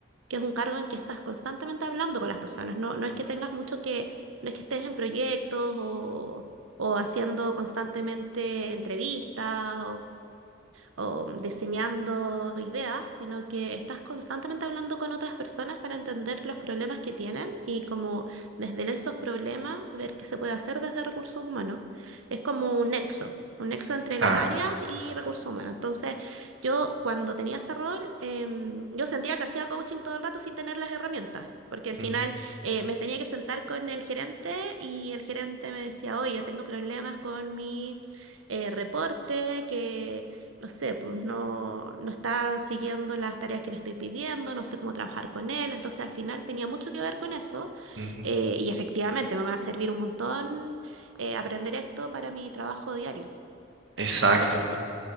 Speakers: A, on the right; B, on the right.
A: que es un cargo en que estás constantemente hablando con las personas. No, no es que tengas mucho que, no es que estés en proyectos o, o haciendo constantemente entrevistas o mm, diseñando ideas, sino que estás constantemente hablando con otras personas para entender los problemas que tienen y como desde esos problemas ver qué se puede hacer desde recursos humanos. Es como un nexo. un nexo entre
B: Claro.
A: las áreas y recursos humanos. Entonces, yo cuando tenía ese rol, em, yo sentía que hacía coaching todo el rato sin tener las herramientas, porque al final
B: Ujú,
A: eh, me tenía que sentar con el gerente y el gerente me decía, oye, tengo problemas con mi eh, reporte, que no sé, pues no, no está siguiendo las tareas que le estoy pidiendo, no sé cómo trabajar con él. Entonces al final tenía mucho que ver con eso
B: ujú.
A: eh, y efectivamente me va a servir un montón eh, aprender esto para mi trabajo diario.
B: Exacto.
A: Así que sí,